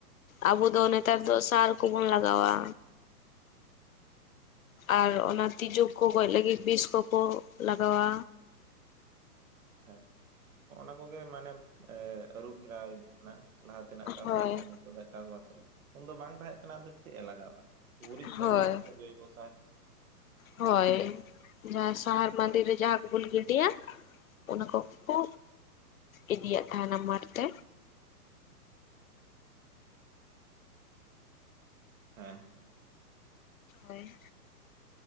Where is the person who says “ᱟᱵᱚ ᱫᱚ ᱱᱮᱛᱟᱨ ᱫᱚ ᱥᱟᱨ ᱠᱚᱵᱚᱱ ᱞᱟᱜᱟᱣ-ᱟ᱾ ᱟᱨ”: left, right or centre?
Left